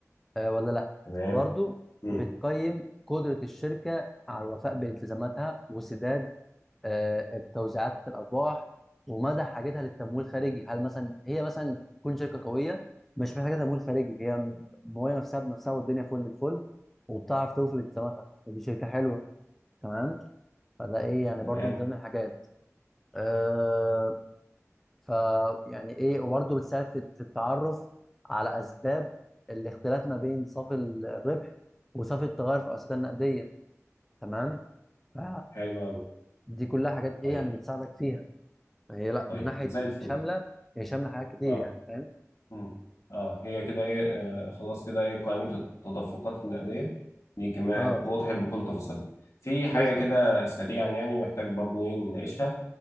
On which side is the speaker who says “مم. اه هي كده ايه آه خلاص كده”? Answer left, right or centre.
Left